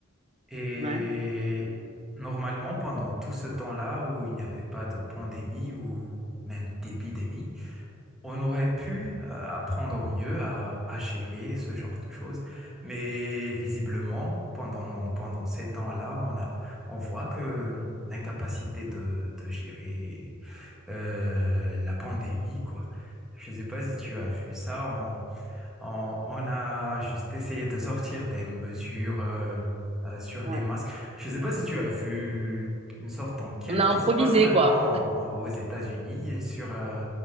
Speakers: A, in the centre; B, on the right (about 30°).
A: Et
B: Ouais,
A: normalement, pendant tout ce temps-là où il n'y avait pas de pandémie ou même d'épidémie, on aurait pu euh, apprendre mieux à, à gérer ce genre de choses, mais visiblement, pendant, pendant ces temps-là, on a, on voit que l'incapacité de, de gérer euh, la pandémie, quoi. Je ne sais pas si tu as vu ça, on, on a juste essayé de sortir des mesures euh, euh, sur les
B: ouais.
A: masques. Je ne sais pas si tu as vu une sorte d'enquête
B: On a
A: qui
B: improvisé,
A: se passe maintenant
B: quoi.
A: en- aux États-Unis et sur, euh,